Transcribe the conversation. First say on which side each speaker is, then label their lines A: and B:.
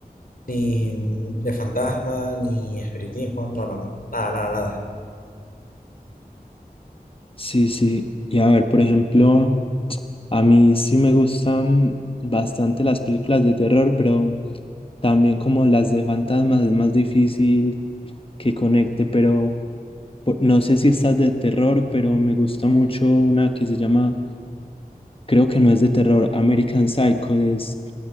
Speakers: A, on the left; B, on the left.
A: ni de fantasma, ni espiritismo, no, no, no, nada, nada, nada.
B: Sí, sí. Y a ver, por ejemplo... A mí sí me gustan bastante las películas de terror, pero también como las de fantasmas es más difícil que conecte, pero po- no sé si estas de terror, pero me gusta mucho una que se llama, creo que no es de terror, American Psycho, es